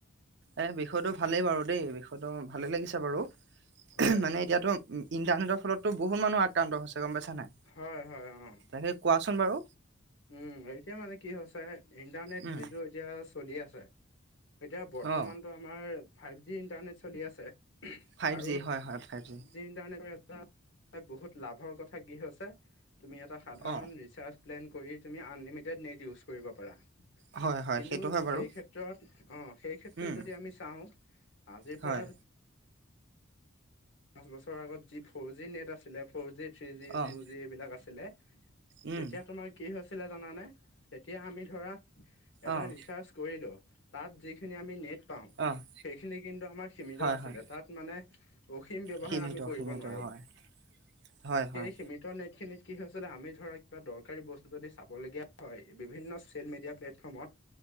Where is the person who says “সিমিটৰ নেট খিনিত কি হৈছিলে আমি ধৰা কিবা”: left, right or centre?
Left